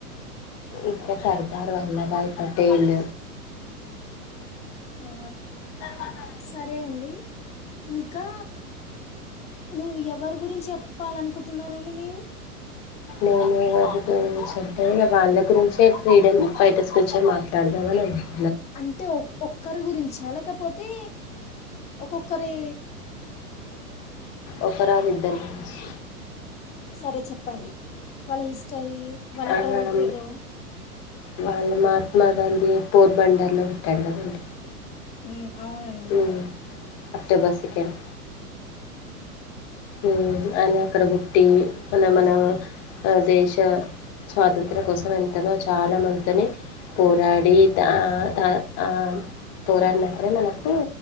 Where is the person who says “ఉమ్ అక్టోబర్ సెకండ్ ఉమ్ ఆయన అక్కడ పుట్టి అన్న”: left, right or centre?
Left